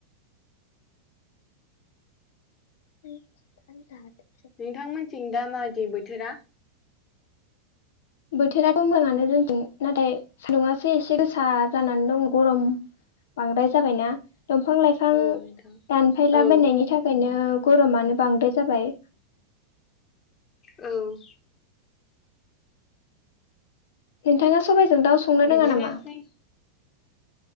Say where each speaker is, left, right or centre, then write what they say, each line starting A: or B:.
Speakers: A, on the left (about 55°); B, on the left (about 25°).
A: ज <unintelligible>
B: नोंथांमोनथिं दा माबायदि बोथोरा?
A: बोथोराथ' मोाङानो जोंजों नाथाय सान्दुंङासो एसे गोसा जानानै दं गरम बांद्राय जाबायना दंफां लाइफां
B: औ नोंथां
A: दानफायला
B: औ
A: बनायनि थाखायनो गरमानो बांद्राय जाबाय?
B: औ
A: नोंथाङा सबबायजों दाउ संनो रोङा
B: बिदिनोसै
A: नामा?